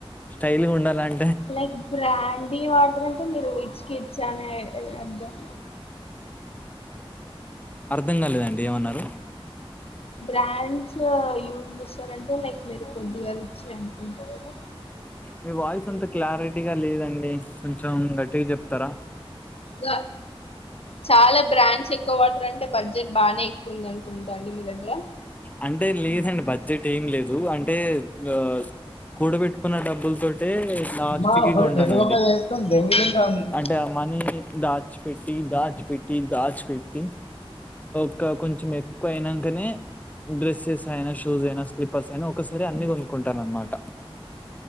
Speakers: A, on the left; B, on the left.
A: స్టైల్గా ఉండాలం
B: లైక్ బ్రాండీ వాటర్ అంటే మీరు రిచ్ కిడ్సా అనే అర్ధం
A: అర్థం కాలేదండి ఏమన్నారు.
B: బ్రాండ్సో యూజ్ చేస్తరంటే లేక్ మీరు కొద్దిగ రిచ్చే అనుకుంట కదా
A: మీ వాయిస్ అంత క్లారిటీగా లేదండి కొంచెం గట్టిగ చెప్తరా
B: ల చాలా బ్రాండ్స్ ఎక్కువ వాడతారంటే బడ్జెట్ బానే ఉందనుకుంటా అండి మీ దగ్గర
A: అంటె లేదండి బడ్జెట్ ఏం లేదూ అంటే ఆ కూడబెట్టుకున్న డబ్బుల తోటే లాస్ట్
B: అమ్మా ఇప్పుడు
A: కి కొంటానండి.
B: ప్రతి ఒక్కరు వేసుకొని దెంగులుంటా ఉంది
A: అంటే ఆ మనీ దాచి పెట్టీ దాచిపెట్టీ దాచి పెట్టీ ఇంకా కొంచెం ఎక్కువ అయినంకనే డ్రెస్సెస్ అయినా షూస్ అయినా స్లిపర్స్ అయినా ఒకసారే అన్ని కొనుక్కుంటా అన్మాట